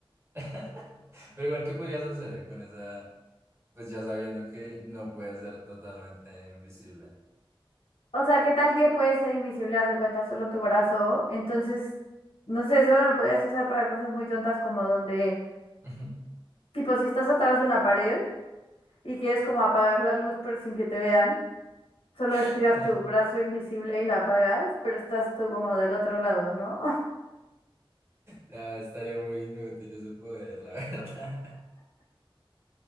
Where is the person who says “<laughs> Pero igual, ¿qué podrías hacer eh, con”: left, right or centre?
Right